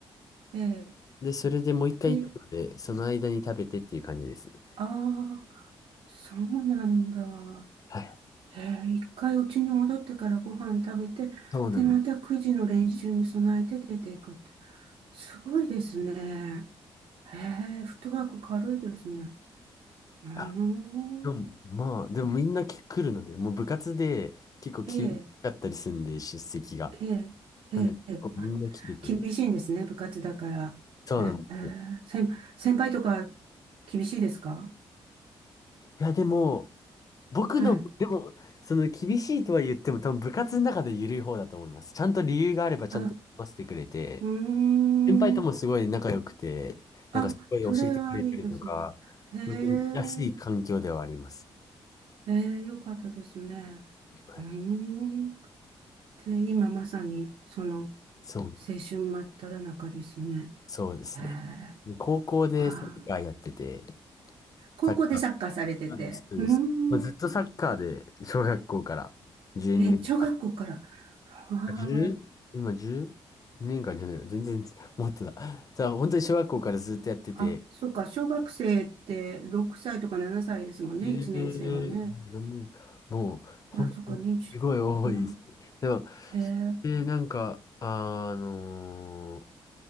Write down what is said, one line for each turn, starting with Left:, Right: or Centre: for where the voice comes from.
Right: ええ、ええ
Left: で、それでもう一回行くので、
Right: で、
Left: その間に食べてっていう感じですね。
Right: ああ、そうなんだ。
Left: はい。
Right: ええ、一回うちに戻ってからご飯食べて、
Left: そうなん
Right: で、また9時の練習に備えて出ていくって。すごいですね。ええ、フットワーク軽いですね。うーん。
Left: だ。でも、まあ、でもみんな来るので、もう部活で結構厳しかったりするんで、
Right: ええ、
Left: 出席が。
Right: ええ、ええ、
Left: なんで、結構みんな来てくれる。
Right: ええあ厳しいんですね、部活だから。
Left: そうなんですよ。
Right: ええ、先、先輩とか厳しいですか
Left: いや、でも、僕の、
Right: はい。
Left: でも、その厳しいとは言っても、多分部活の中で緩い方だと思います。ちゃんと理由があればちゃんと読ませてくれて、
Right: あ、うーん。
Left: 先輩ともすごい仲良くて、
Right: あ、
Left: なんかすごい教えてくれたりとか、
Right: それはいいですね。へえ、
Left: 本当に安い環境ではあります。
Right: へえ、よかったですね。
Left: はい
Right: うーん。で、今まさに、その、
Left: そう、
Right: 青春真っただ中ですね。
Left: そうですね。
Right: へえ、
Left: 高校でサッカーやってて、
Right: はあ。高校でサッカーされてて。
Left: サッカー、そうです、そうです。
Right: うーん。
Left: もうずっとサッカーで、小学校から12年間。
Right: え、小学校から。は
Left: 1今 10? 2年間じゃないよ。全然、もっとだ。さあ、本当に小学校からずっとやってて、
Right: あ。あ、そうか。小学生って6歳とか7歳ですもんね。
Left: ええ今何年か。
Right: 1年生はね。
Left: もう、本当に、
Right: あ、そっか、20、
Left: すごい多いですね。
Right: 今。
Left: でも、
Right: へえ。
Left: えーなんか、あのー